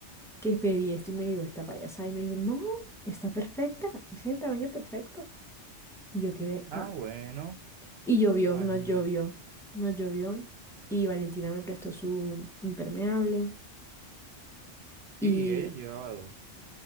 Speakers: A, in the centre; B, on the right (about 60°).
A: que pedí esto y me llegó esta payasada. Y me dijo, no, está perfecta, es el tamaño perfecto. Y yo quedé,
B: Ah,
A: ah,
B: bueno,
A: y llovió,
B: imagínate.
A: nos llovió, nos llovió. Y Valentina me prestó su impermeable.
B: Sí,
A: Y
B: ella llevaba dos.